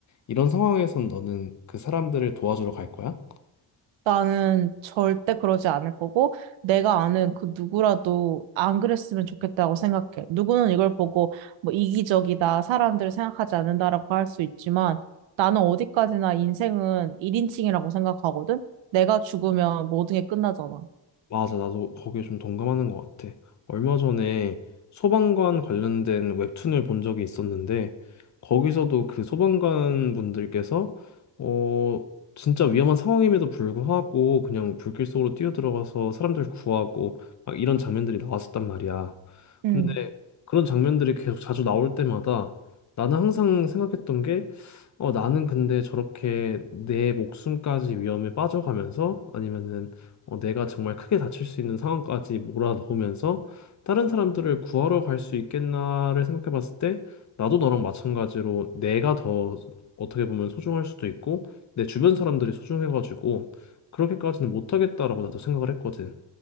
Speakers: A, on the left; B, on the right.
A: 이런 상황에선 너는 그 사람들을 도와주러 갈 거야?
B: 나는 절대 그러지 않을 거고, 내가 아는 그 누구라도 안 그랬으면 좋겠다고 생각해. 누구는 이걸 보고 뭐 이기적이다, 사람들을 생각하지 않는다라고 할 수 있지만, 나는 어디까지나 인생은 1인칭이라고 생각하거든? 내가 죽으면 모든 게 끝나잖아.
A: 맞아, 나도 거기에 좀 동감하는 것 같아. 얼마 전에 소방관 관련된 웹툰을 본 적이 있었는데, 거기서도 그 소방관 분들께서, 어, 진짜 위험한 상황임에도 불구하고 그냥 불길 속으로 뛰어들어가서 사람들 구하고 막 이런 장면들이 나왔었단 말이야.
B: 음.
A: 근데 그런 장면들이 계속 자주 나올 때마다 나는 항상 생각했던 어, 나는 근데 저렇게 내 목숨까지 위험에 빠져가면서 아니면은 어, 내가 정말 크게 다칠 수 있는 상황까지 몰아넣으면서 다른 사람들을 구하러 갈 수 있겠나를 생각해 봤을 때 나도 너랑 마찬가지로 내가 더 어떻게 보면 소중할 수도 있고 내 주변 사람들이 소중해가지고 그렇게까지는 못하겠다라고 나도 생각을 했거든.